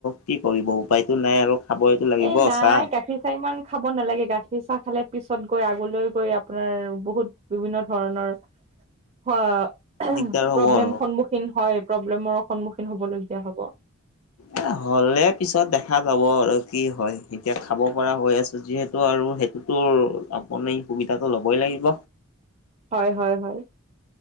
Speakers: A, on the left (about 85°); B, on the right (about 30°).
A: কি কৰিব উপায়টো নাই আৰু। খাবইতো লাগিব
B: এ নাই
A: চাহ
B: গাখীৰ চাহ ইমান খাব নালাগে, গাখীৰ চাহ খালে পিছত গৈ আগলৈ গৈ আপোনাৰ বহুত বিভিন্ন ধৰণৰ অ ',
A: দিগদাৰ হ'ব
B: প্ৰব্লেম
A: আৰু।
B: সন্মুখীন হয়, প্ৰব্লেমৰ সন্মুখীন হবলীয়া হ'ব।
A: এ হ'লে পিছত দেখা যাব আৰু কি হয়, এতিয়া খাব পৰা হৈ আছো যিহেতু তো আৰু সেইটোতো আপুনি সুবিধাটো ল'বই লাগিব
B: হয় হয় হয়